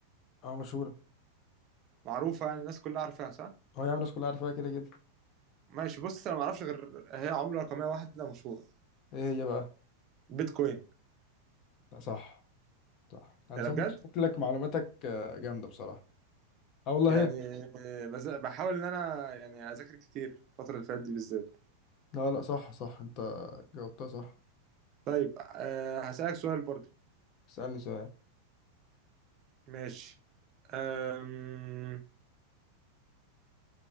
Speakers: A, on the left (about 35°); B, on the right (about 35°).
A: اه مشهورة
B: معروفه يعني الناس كلها عارفاها صح
A: هو يا عم الناس كلها عارفاها كده كده
B: ماشي بص انا ما اعرفش غير هي عمله رقميه واحده مشهوره
A: ايه هي بقى
B: بيتكوين
A: لا صح صح انا
B: انا
A: شايف
B: بجد
A: شكلك معلوماتك آه، جامدة بصراحة اه والله
B: يعني
A: هي
B: بز... بحاول ان انا يعني اذاكر كتير الفتره اللي فاتت دي بالذات
A: لا لا صح صح انت جاوبتها صح
B: طيب أه هسألك سؤال برضو
A: اسألني سؤال
B: ماشي أم...